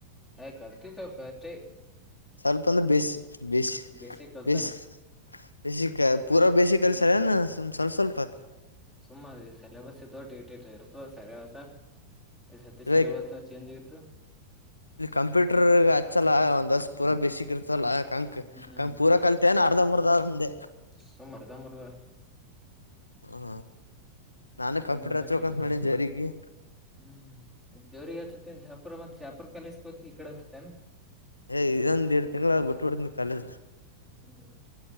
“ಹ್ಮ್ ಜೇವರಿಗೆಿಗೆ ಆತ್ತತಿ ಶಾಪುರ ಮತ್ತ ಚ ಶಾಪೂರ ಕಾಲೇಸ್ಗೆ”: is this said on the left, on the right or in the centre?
Centre